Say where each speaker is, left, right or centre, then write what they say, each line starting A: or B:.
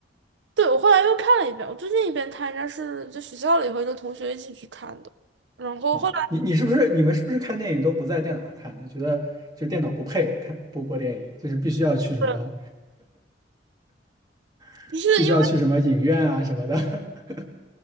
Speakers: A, on the right; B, on the right.
A: 对，我后来又看了一遍，我最近一遍看应该是在学校里和一个同学一起去看的，然后后来
B: 啊。你你是不是你们是不是看电影都不在电脑上看的？觉得就电脑不配看播播电影，就是必须要去什么，
A: 是
B: <laughs>
A: 不是因为
B: 必须要去什么影院啊什么的。<laughs>